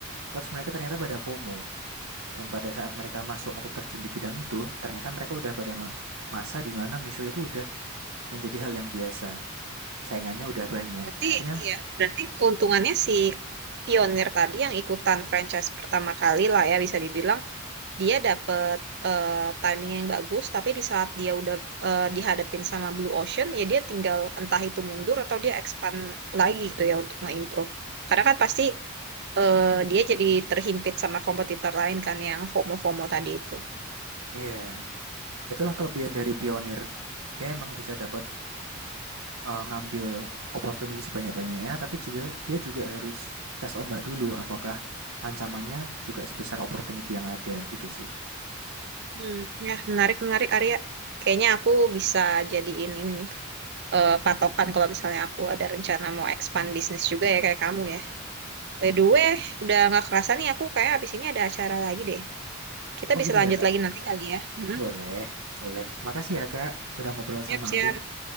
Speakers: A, on the right; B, on the right.
A: Terus mereka ternyata pada FOMO. Dan pada saat mereka masuk atau terjun di bidang itu, ternyata mereka udah pada ma- masa di mana Mishwe itu udah menjadi hal yang biasa. Saingannya udah banyak.
B: Berarti,
A: Akhirnya,
B: ya, berarti keuntungannya si pionir tadi yang ikutan franchise pertama kali lah ya, bisa dibilang dia dapet eh, timing yang bagus, tapi di saat dia udah eh, dihadapin sama Blue Ocean, ya dia tinggal entah itu mundur atau dia expand lagi gitu ya untuk nge-improve. Karena kan pasti eh, dia jadi terhimpit sama kompetitor lain kan yang FOMO-FOMO tadi itu.
A: ya, yeah, itulah kelebihan dari pionir. Dia emang bisa dapat eh, ngambil opportunity sebanyak-banyaknya, tapi juga dia juga harus tes ombak dulu apakah ancamannya juga sebesar opportunity yang ada gitu sih.
B: Hmm, ya menarik menarik Arya. Kayaknya aku bisa jadiin ini nih eh, patokan kalau misalnya aku ada rencana mau expand bisnis juga ya kayak kamu ya. By the way, udah nggak kerasa nih aku kayak abis ini ada acara lagi deh. Kita
A: Oh
B: bisa
A: gitu
B: lanjut
A: ya kak?
B: lagi nanti kali ya. Mhm.
A: Boleh, boleh. Makasih ya kak udah ngobrol
B: Siap,
A: sama
B: siap.
A: aku.